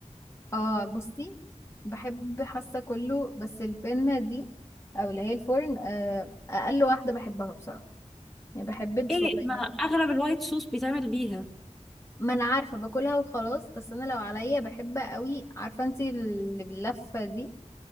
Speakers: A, on the left (about 20°); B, in the centre.
A: اه بصي بحب حاسة كله بس البنة دي او اللي هي الفرن آه، اقل واحدة بحبها بصراحة يعني بحب الصغيرة
B: ايه ما اغلب الوايت صوص بيتعمل بيها
A: ما انا عارفة باكلها وخلاص بس انا لو عليا بحب قوي عارفة انتي اللي باللفة دي